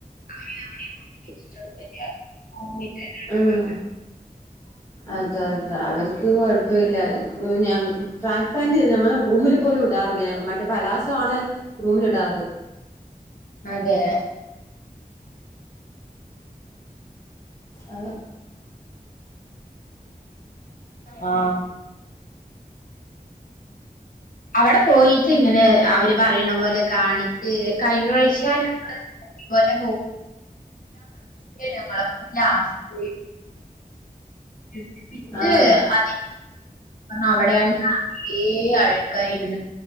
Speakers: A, on the left; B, on the left.
A: അവര്തവിടെ കുപ്പിച്ചിട്ടുണ്ട് ഓ ണ്ട <unintelligible>
B: ആഹ് അതെ അതെ അവര്ക്ക് കൊഴപ്പില്ല ഞാൻ ട്രാക്പാന്റ് ഞങ്ങള് റൂമിൽ പോലും ഇടാറില്ലേ മ ച് പലാസാണ് റൂമിൽ ഇടാറ്
A: അതെ
B: അഹ്
A: ആ അവിടെ പോയിട്ട് ഇങ്ങനെ അവര് പറയണ പോലെ കാണി <unintelligible> കഴിഞ്ഞ വാശ്യം <unintelligible> പോലെ <unintelligible> <unintelligible>
B: ആഹ്
A: അവടെയാണെങ്ക് ആ ഏ അഴുക്കായിര്ന്ന്